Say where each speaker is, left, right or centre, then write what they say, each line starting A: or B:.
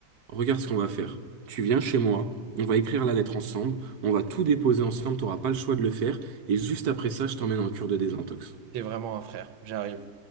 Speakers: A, on the right; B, on the right.
A: Regarde ce qu'on va faire. Tu viens chez moi, on va écrire la lettre ensemble, on va tout déposer ensemble, t'auras pas le choix de le faire, et juste après ça, je t'emmène en cure de désintox.
B: T'es vraiment un frère. J'arrive.